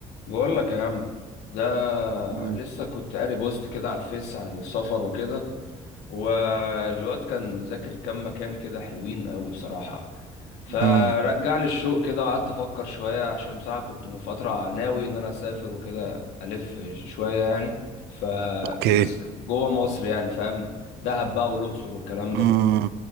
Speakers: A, on the left; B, on the right.
A: بقول لك يا عم ده
B: مم.
A: لسه كنت قاري بوست كده على الفيس عن السفر وكده والواد كان ذاكر كام مكان كده حلوين قوي بصراحة فرجع
B: مم.
A: لي الشوق كده وقعدت افكر شوية عشان بصراحة كنت من فترة ناوي ان انا اسافر وكده الف شوية يعني فبس
B: اوكي
A: جوه مصر يعني فاهم دهب بقى والاقصر والكلام
B: مم.
A: ده